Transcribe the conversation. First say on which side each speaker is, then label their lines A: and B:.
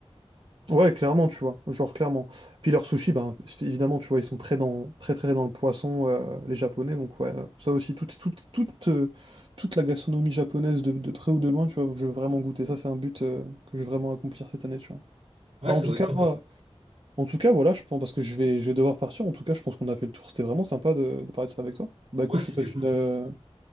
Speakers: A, on the right; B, on the right.
A: Ouais, clairement, tu vois, genre clairement. Puis leurs sushis, ben évidemment, tu vois, ils sont très dans, très très dans le poisson, euh, les Japonais. Donc ouais, euh, ça aussi, toute toute toute euh, toute la gastronomie japonaise de, de près ou de loin, tu vois, je veux vraiment goûter. Ça, c'est un but euh, que je veux vraiment accomplir cette année, tu vois.
B: Ouais,
A: Enfin,
B: ça
A: en tout
B: doit
A: cas,
B: être sympa.
A: moi- en tout cas, voilà, je pense parce que je vais je vais devoir partir. En tout cas, je pense qu'on a fait le tour. C'était vraiment sympa de, de parler de ça avec toi. Bah écoute,
B: Ouais,
A: je
B: c'était
A: te souhaite une
B: cool.
A: euh,